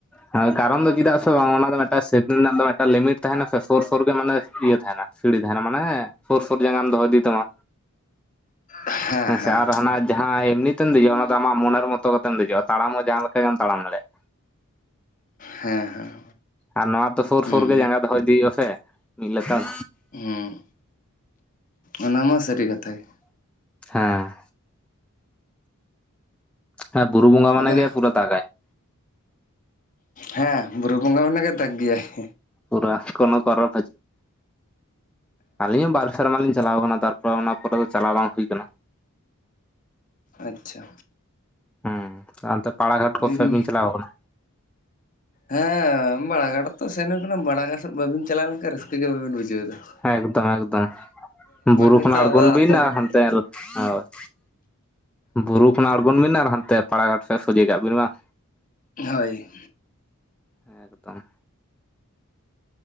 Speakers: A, in the centre; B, on the left.
A: ᱦᱮᱸ ᱠᱟᱨᱚᱱ ᱫᱚ ᱪᱮᱫᱟᱜ ᱥᱮ ᱵᱟᱝ ᱚᱱᱟ ᱫᱚ ᱢᱤᱫᱴᱟᱜ ᱥᱮ ᱫᱟ. ᱲ ᱨᱮᱱᱟᱜ ᱫᱚ ᱢᱤᱫᱴᱟ ᱞᱤᱢᱤᱴ ᱛᱟᱦᱮᱱᱟ ᱥᱮ ᱥᱳᱨ ᱥᱳᱨ ᱢᱟᱱᱮ ᱤᱭᱟᱹ ᱛᱟᱭ ᱥᱤᱲᱤᱱᱟ ᱛᱟᱦᱮᱱᱟ ᱾ ᱥᱩᱨ ᱥᱩᱨ ᱡᱟᱸᱜᱟᱢ ᱫᱚᱦᱚ ᱤᱫᱤ ᱛᱟᱢᱟ
B: ᱦᱮᱸ
A: ᱦᱮᱸᱥᱮ
B: ᱦᱮᱸ
A: ᱟᱨ ᱦᱟᱱᱟ ᱡᱟᱦᱟᱸ ᱮᱢᱱᱤᱛᱮᱢ ᱫᱮᱡᱚᱜᱼᱟ ᱚᱱᱟ ᱫᱚ ᱟᱢᱜ ᱢᱚᱱᱮᱨ ᱢᱚᱛᱚ ᱠᱟᱛᱮᱢ ᱫᱮᱡᱚᱜᱼᱟ ᱛᱟᱲᱟᱢ ᱦᱚᱸ ᱡᱟᱦᱟᱸ ᱞᱮᱠᱟ ᱜᱮᱢ ᱛᱟᱲᱟᱢ ᱫᱟᱲᱭᱟᱜᱼᱟ ᱾
B: ᱦᱮᱸ ᱦᱮᱸ
A: ᱟᱨ ᱱᱚᱣᱟ ᱛᱚ ᱥᱩᱨ
B: ᱦᱩᱸ
A: ᱥᱩᱨ ᱜᱮ ᱡᱟᱸᱜᱟ ᱫᱚᱦᱚ ᱤᱫᱤ ᱦᱩᱭᱩᱜᱼᱟ ᱥᱮ ᱢᱤᱫ ᱞᱮᱛᱟᱲ
B: ᱦᱩᱸ ᱚᱱᱟ ᱢᱟ ᱥᱟᱹᱨᱤ ᱠᱟᱛᱟᱭ ᱾
A: ᱦᱮᱸ ᱦᱮᱸ ᱵᱩᱨᱩ ᱵᱚᱸᱜᱟ ᱢᱟᱱᱮ
B: ᱟᱫᱚ
A: ᱜᱮ ᱯᱩᱨᱟᱹ ᱫᱟᱜᱟᱭ ᱾
B: ᱦᱮᱸ ᱵᱩᱨᱩ ᱵᱚᱸᱜᱟ ᱢᱮᱱᱟᱜ ᱜᱮ ᱫᱟᱜᱽ ᱜᱮᱭᱟᱭ ᱾
A: ᱯᱩᱨᱟᱹ ᱠᱳᱱᱳ ᱠᱚᱨᱚᱨ ᱟᱹᱞᱤᱧ ᱦᱚᱸ ᱵᱟᱨ ᱥᱮᱨᱢᱟ ᱞᱤᱧ ᱪᱟᱞᱟᱣ ᱠᱟᱱᱟ ᱛᱟᱨᱯᱚᱨᱮ ᱚᱱᱟ ᱯᱚᱨ ᱫᱚ ᱪᱟᱞᱟᱣ ᱵᱟᱝ ᱦᱩᱭ ᱟᱠᱟᱱᱟ ᱾
B: ᱟᱪᱪᱷᱟ
A: ᱦᱩᱸ ᱚᱱᱛᱮ ᱯᱟᱲᱟᱜᱷᱟᱴ ᱠᱚ
B: ᱞᱟᱹᱭᱫᱟᱹᱧ
A: ᱥᱮᱫ ᱵᱤᱱ ᱪᱟᱞᱟᱣ ᱟᱠᱟᱱᱟ?
B: ᱦᱮᱸ ᱵᱟᱲᱟᱜᱷᱟᱴ ᱛᱚ ᱥᱮᱱ ᱦᱩᱭ ᱠᱟᱱᱟ ᱵᱟᱲᱟᱟᱜᱴ ᱥᱮᱫ ᱵᱟᱵᱤᱱ ᱪᱞᱟᱣ ᱞᱮᱱᱠᱷᱟᱱ ᱨᱟᱹᱠᱟᱹ ᱜᱮ ᱵᱟᱹᱵᱤᱱ ᱵᱩᱡᱷᱟᱹ ᱮᱫᱟ ᱾
A: ᱮᱠᱫᱚᱢ ᱮᱠᱫᱚᱢ ᱵᱩᱨᱩ
B: ᱜᱮᱛᱚ
A: ᱠᱚᱱ ᱢᱟᱲᱜᱚᱱ
B: ᱟᱵᱚᱣᱟᱜ
A: ᱵᱱᱟ
B: ᱟᱥᱚᱞ ᱦᱮᱸ
A: ᱦᱟᱱᱛᱮ ᱦᱳᱭ ᱵᱩᱨᱩ ᱠᱷ ᱟᱬᱜᱚᱱ ᱵᱤᱱ ᱟᱨ ᱦᱟᱱᱛᱮ ᱯᱟᱲᱟ ᱜᱷᱟᱴ ᱥᱮ ᱥᱚᱡᱮ ᱠᱟᱜ ᱵᱤᱱ ᱢᱟ ᱾
B: ᱦᱳᱭ
A: ᱦᱮᱸ ᱮᱠᱫᱚᱢ